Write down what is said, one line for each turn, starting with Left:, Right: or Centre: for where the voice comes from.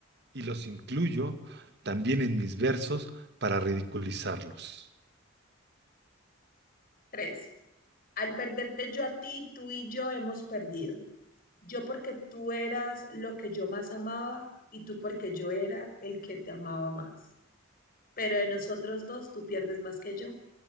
Right: y los incluyo también en mis versos para ridiculizarlos.
Left: Tres. Al perderte yo a ti, tú y yo hemos perdido. Yo porque tú eras lo que yo más amaba y tú porque yo era el que te amaba más. Pero de nosotros dos tú pierdes más que yo,